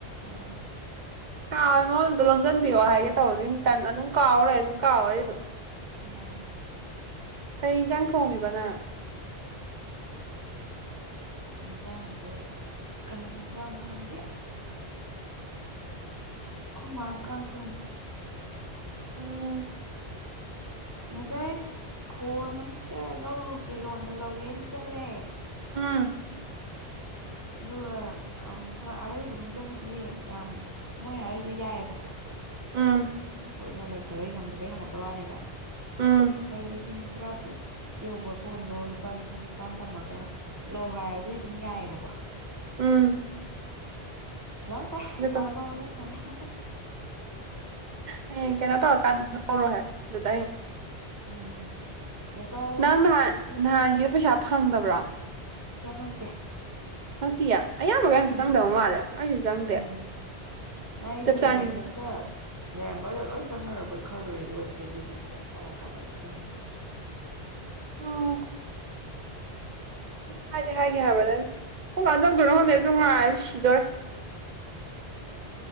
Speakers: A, on the right; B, on the right.
A: ꯑ
B: ꯀꯥꯎꯋꯦ ꯃꯉꯣꯟꯗ ꯑꯝꯇ ꯂꯣꯟꯁꯤꯟꯕꯤꯌꯣ ꯍꯥꯏꯒꯦ ꯇꯧꯕꯗꯩ ꯑꯗꯨꯝ ꯇꯟ ꯑꯗꯨꯝ ꯀꯥꯎꯔ ꯂꯩ ꯑꯗꯨꯝ ꯀꯥꯎꯋꯦ ꯑꯗꯨꯝ
A: ꯑꯥ
B: ꯀꯩ ꯏꯟꯖꯥꯡ ꯊꯣꯡꯉꯤꯕ ꯅꯪ
A: <inaudible> ꯏꯟꯁꯥꯡꯖꯦ ꯀꯩ ꯍꯦꯟꯖꯥꯡꯅꯣ ꯈꯪꯗꯦ ꯈꯣꯏꯃꯥ ꯀꯟ ꯊꯣꯡꯉꯤ
B: ꯎꯝ
A: ꯉꯁꯥꯏ ꯐꯣꯟ ꯑꯝꯇ ꯂꯧꯔꯨꯒꯦ ꯂꯣꯟꯗ ꯂꯧꯒꯦꯅ ꯆꯠꯂꯦ
B: ꯎꯝ
A: ꯑꯗꯨꯒ ꯑꯝ ꯍꯣꯏ ꯑꯔꯩꯕ ꯃꯤꯗꯨꯕꯨꯗꯤ ꯌꯥꯝ ꯃꯣꯏ ꯍꯥꯏꯔꯛꯏꯗꯣ ꯌꯥꯏꯑꯦꯕꯀꯣ
B: ꯎꯝ
A: ꯑꯩꯈꯣꯏꯅ ꯂꯩꯇꯕꯩ ꯉꯝꯗꯕꯩ ꯍꯜꯂꯛꯄꯩ ꯋꯥꯅꯦꯕ
B: ꯎꯝ
A: ꯂꯨꯄꯥ ꯂꯤꯁꯤꯡ ꯇꯔꯥꯇꯨꯛ ꯌꯧꯕ ꯐꯣꯟꯗꯣ ꯂꯨꯄꯥ ꯂꯤꯁꯤꯡ ꯅꯤꯄꯥꯜ ꯊꯝꯃꯒ ꯂꯧ ꯍꯥꯏꯕ ꯑꯗꯨꯗꯤ ꯑꯗꯨꯝ ꯌꯥꯏꯌꯦꯕꯀꯣ
B: ꯎꯝ
A: ꯂꯧꯇ꯭ꯔꯦ
B: ꯑꯗꯨꯒ
A: ꯀꯣꯟꯅ ꯂꯧꯔꯒꯦ ꯊꯅꯝꯃꯦ ꯍꯦ ꯍꯦ ꯍꯦ
B: ꯍꯌꯦꯡ ꯀꯩꯅꯣ ꯇꯧꯔ ꯀꯥꯟꯗ ꯂꯧꯔꯣꯍꯦꯛ ꯑꯗꯨꯗꯥꯏ
A: ꯎꯝ ꯂꯨꯄꯥ
B: ꯅꯪ ꯅꯍꯥꯟ
A: ꯂꯤꯁꯤꯡ
B: ꯅꯍꯥꯟꯒꯤ ꯄꯩꯁꯥ ꯐꯪꯗꯕ꯭ꯔꯣ
A: ꯆꯪꯉꯛꯇꯦ
B: ꯈꯪꯇꯤꯌꯥ ꯑꯌꯥꯝꯕꯒꯩ ꯑꯝꯇ
A: ꯎꯝ
B: ꯆꯪꯗꯕ ꯃꯥꯜꯂꯦ ꯑꯩꯁꯨ ꯆꯪꯗꯦ
A: ꯎꯝ ꯑꯩꯗꯤ
B: ꯖꯞꯆꯥꯟꯒꯤꯁꯨ
A: ꯃꯦꯁꯦꯁꯀ ꯂꯩꯔꯝꯕꯗꯣ ꯂꯣꯏ ꯆꯪꯅꯔꯨꯕ ꯈꯜꯂꯨꯔꯦ ꯑꯗꯨꯒ ꯆꯦ ꯆꯦꯗꯤ ꯀ ꯀꯥꯏ ꯍꯥꯏꯔ ꯀꯥꯟꯗ ꯆꯪꯗꯦ
B: ꯎꯝ ꯍꯥꯏꯗꯤ ꯍꯥꯏꯒꯤ ꯍꯥꯏꯕꯅꯦ ꯀꯝꯀꯥꯟ ꯆꯪꯗꯣꯏꯅꯣ ꯈꯪꯗꯦ ꯑꯗꯨ ꯉꯥꯏꯕꯗ ꯁꯤꯗꯣꯔꯦ